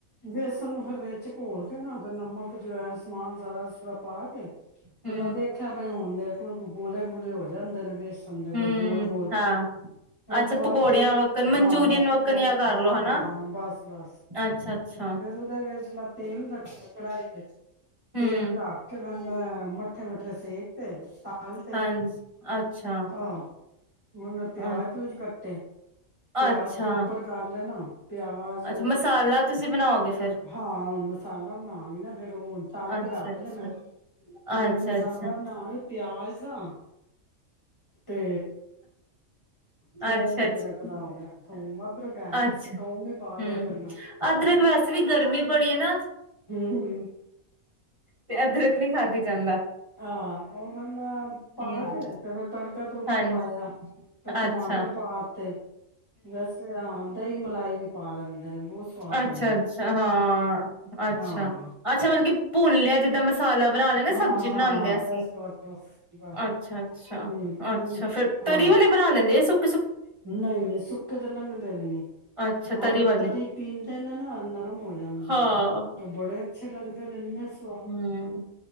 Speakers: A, on the left; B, on the right.
A: ਵੇਸਣ ਨੂੰ ਫਿਰ ਵਿੱਚ ਘੋਲ ਨਮਕ ਜਵਾਇਣ ਸਮਾਨ ਸਾਰਾ ਸੁਰਾ ਪਾ ਕੇ ਫਿਰ
B: ਹੂੰ,
A: ਨਾਂ ਦੇਖਿਆ ਬਾਈ ਹੁਣ ਮੇਰੇ ਕੋਲ ਗੂਲੇ- ਗੂਲੇ ਹੋ ਜਾਂਦੇ ਨੇ ਬੇਸ ਸੁਣਦੇ
B: ਹੂੰ
A: ਪਏ ਗੋਲ- ਗੋਲ
B: ਹਾਂ,
A: ਹੋ
B: ਅੱਛਾ
A: ਥੋੜਾ
B: ਪਕੌੜਿਆਂ
A: ਤੇਲ
B: ਵੱਕਣ ਮਨਚੂਰੀਅਨ
A: ਹਾਂ
B: ਵੱਕਣ
A: ਪਕੌੜਾ
B: ਜਾਂ ਕਰਲੋ
A: ਹਾਂ
B: ਹਨਾ।
A: ਹਾਂ ਬਸ ਬਸ
B: ਅੱਛਾ-ਅੱਛਾ,
A: ਫਿਰ ਉਹਦੇ ਵਿੱਚ ਮੈਂ ਤੇਲ ਰੱਖਿਆ ਕੜਾਹੀ ਵਿੱਚ
B: ਹੂੰ।
A: ਤੇਲ ਰੱਖ ਕੇ ਫਿਰ ਮੈਂ ਮੱਠੇ- ਮੱਠੇ ਸੇਕ ਤੇ ਤਲ ਤੇ
B: ਹਾਂਜੀ, ਅੱਛਾ।
A: ਆਹ ਹੁਣ ਨਾ ਪਿਆਜ
B: ਅ
A: ਪਿਊਜ ਕੱਟੇ ਪਿਆਜ
B: ਅੱਛਾ।
A: ਚੋਪਰ ਕਰ ਲੈ ਨਾ। ਪਿਆਜ਼
B: ਅੱਛਾ ਮਸਾਲਾ ਤੁਸੀਂ ਬਣਾਓਗੇ ਫੇਰ,
A: ਹਾਂ ਹੁਣ ਮਸਾਲਾ ਬਣਾਂਗੀ ਨਾ ਫੇਰ ਉਹ ਤਲ
B: ਅੱਛਾ-ਅੱਛਾ,
A: ਕੇ ਰੱਖ ਲੈਣਾ ਹੁਣ
B: ਅੱਛਾ-ਅੱਛਾ,
A: ਮਸਾਲਾ
B: ਅੱਛਾ-ਅੱਛਾ।
A: ਬਣਾਂਗੀ। ਪਿਆਜ਼ ਆ ਤੇ ਥੋਮ
B: ਅੱਛਾ-
A: ਅਦਰਕ
B: ਅੱਛਾ,
A: ਦਾ ਹੋ ਗਿਆ ਥੋਮ ਅਦਰਕ ਹੈ ਨੀ
B: ਅੱਛਾ
A: ਸੀ ਥੋਮ ਹੀ ਪਾ ਲਿਆ
B: ਹੂੰ
A: ਫਿਰ ਮੈਂ
B: ਅਦਰਕ ਵੈਸੇ ਵੀ ਗਰਮੀ ਬੜੀ ਹੈ ਨਾ
A: ਹੂੰ
B: ਤੇ ਅਦਰਕ ਨਹੀਂ ਖਾਧੀ ਜਾਂਦਾ।
A: ਹਾਂ ਉਹ ਫਿਰ ਮੈਂ ਪਾ
B: ਹੂੰ,
A: ਕੇ ਤੇ ਫਿਰ ਤੜਕਾ ਤੁੜਕਾ
B: ਹਾਂਜੀ।
A: ਪਾਇਆ ਫਿਰ ਟਮਾਟਰ
B: ਅੱਛਾ,
A: ਪਾ ਤੇ ਵੈਸੇ ਹਾਂ ਦਹੀਂ ਮਲਾਈ ਵੀ ਪਾ ਲੈਂਦੇ ਨੇ ਬਹੁਤ ਸਵਾਦ
B: ਅੱਛਾ-
A: ਬਣਦਾ
B: ਅੱਛਾ ਹਾਂ, ਅੱਛਾ-
A: ਹਾਂ
B: ਅੱਛਾ ਮਤਲਬ ਕਿ ਭੁੰਨ ਲਿਆ ਜਿੱਦਾਂ ਮਸ ਮਸਾਲਾ ਬਣਾ ਲਿਆ ਨਾ
A: ਹਾਂ
B: ਸਬਜ਼ੀ
A: ਹਾਂ
B: ਬਣਾਂਦੇ
A: ਹਾਂ
B: ਅਸੀਂ,
A: ਬਸ ਬਸ ਬਸ ਬਸ
B: ਅੱਛਾ- ਅੱਛਾ
A: ਹਮ
B: ਅੱਛਾ
A: ਹਮ
B: ਫੇਰ ਤਰੀ
A: ਹਾਂ
B: ਵਾਲੇ ਬਣਾ ਲੈਂਦੇ ਸੁਕ
A: ਨਹੀਂ ਨਹੀਂ ਸੁੱਕੇ ਤੇ ਲੰਘਦੇ ਵੀ ਨਹੀਂ
B: ਅੱਛਾ
A: ਉਹ ਫਿਰ
B: ਵਾਲੇ,
A: ਤਰੀ ਪੀਂਦੇ ਨੇ ਨਾ ਨਰਮ ਹੋ ਜਾਂਦੇ
B: ਹਾਂ,
A: ਨੇ, ਤੇ ਬੜੇ ਅੱਛੇ ਲੱਗਦੇ ਨੇ ਇੰਨੇ ਸੋ
B: ਹੂੰ,